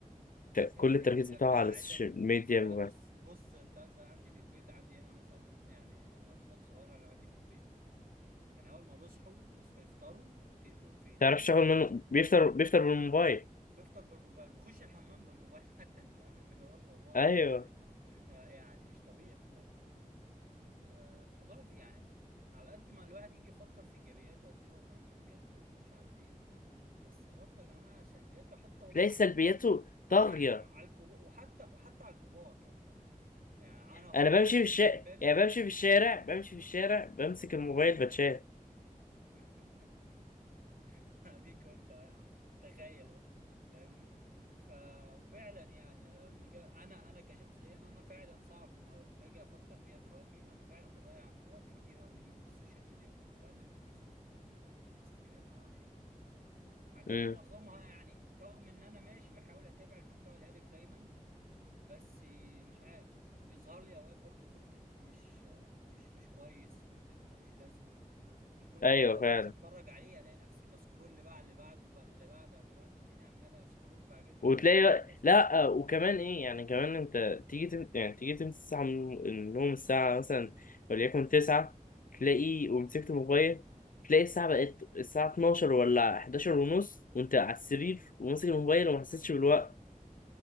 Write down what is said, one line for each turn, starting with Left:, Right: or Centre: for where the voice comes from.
Left: ف- كل
Right: يا ابني
Left: التركيز
Right: يا
Left: بتاعه
Right: ابني
Left: على
Right: انا عايزك
Left: السوشيال ميديا
Right: انت تعالى
Left: ما
Right: بص بص التازة عندي في البيت عندي هنا مثلا يعني اطفال صغيره اللي عندي في البيت من اول ما بيصحوا بيصحوا يفطروا التليفون في ايديهم
Left: تعرفش شغل منه بيفطر بيفطر بالموبايل
Right: بيفطر بالموبايل بخش الحمام بالموبايل <laughs> حتى انت فاهم اللي هو الموضوع
Left: ايوه
Right: يعني لا- لا، يعني مش طبيعي يعني آه، الموضوع في يعني على قد ما الواحد يجي يفكر في ايجابياته قد ايه هو مهم بجد ومش عارف ايه بس برضه يا جماعه سلبياته حتى والله
Left: تلاقي
Right: على
Left: سلبياته
Right: الكبار
Left: طاغيه
Right: يعني على الكبار وحتى وحتى على الكبار يعني فاهمني يعني انا هو
Left: انا
Right: مثلا
Left: بمشي في
Right: كانسان
Left: الشارع
Right: بالغ
Left: يعني بمشي في الشارع بمشي في الشارع بمسك الموبايل بتشال
Right: <laughs> اديك قلت اه يا عم تخيل بقى فاهمني ف وفعلا يعني أنا لما جا... انا انا كشخصيا انا فعلا صعب او باجي افكر فيها دلوقتي انا فعلا بضيع وقت كتير قوي من يومي في السوشيال ميديا وكنت بقلب في الفيسبوك اذا كنت بقلب في الانستجرام ما اعرفش ايه وفي حاجات
Left: امم
Right: معظمها يعني رغم ان انا ماشي بحاول اتابع المحتوى الهادف دايما بس مش عارف بيظهر لي اوقات برضو كونتنت مش مش مش كويس كونتنت ملوش لازمه الكونتنت
Left: ايوه
Right: ده اخش
Left: فعلا
Right: اتفرج عليه الاقي نفسي بسكرول اللي بقى على اللي بعده وعلى اللي بعده وعلى اللي بعده اديني عمال اسكرول في حاجات ملهاش
Left: وتلاقي
Right: اي ذاتي لازمه
Left: لا آه، وكمان ايه يعني كمان انت تيجي تم... يعني تيجي تمسك الساعه من النوم الساعه مثلا وليكن 9 تلاقي ومسكت الموبايل تلاقي الساعه بقت الساعه 12 ولا 11 ونص وانت على السرير وماسك الموبايل وما حسيتش بالوقت